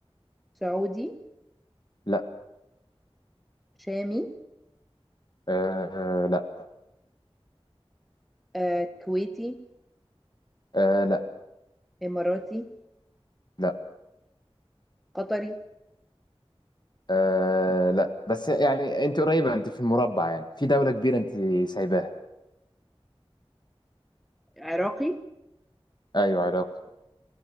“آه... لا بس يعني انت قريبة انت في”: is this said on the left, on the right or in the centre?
Left